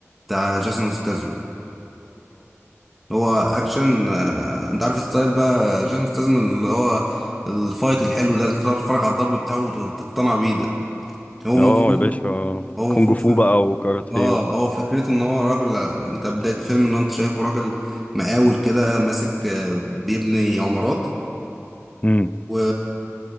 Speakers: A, in the centre; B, on the left.
A: بتاع جيسون ستاثام هو اكشن آه، انت عارف الستايل بقى جيسون ستاثام اللي هو الفايت الحلو ده اللي تقعد تتفرج على الضرب بتاعه وت- وتقتنع بيه ده هو المفروض
B: اه يا باشا
A: هو
B: كونج
A: المفروض
B: فو
A: فك-
B: بقى وكاراتيه
A: اه
B: و...
A: هو فكرته ان هو راجل آه، انت بدايه الفيلم ان انت شايفه راجل مقاول كده ماسك آه، بيبني عمارات
B: مم.
A: و...